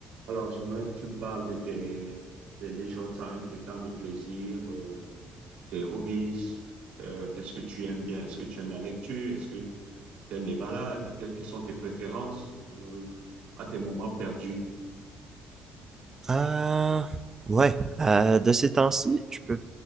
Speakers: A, on the right (about 70°); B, on the right (about 20°).
A: Alors, j'aimerais que tu me parles de tes, tes leisure time, tes temps de plaisir, euh, tes hobbies. Euh, qu'est-ce que tu aimes bien? Est-ce que tu aimes la lecture? Est-ce que tu aimes les balades? Quelles, quelles sont tes préférences, euh, à tes moments perdus?
B: Euh, ouais, euh, de ces temps-ci, je peux,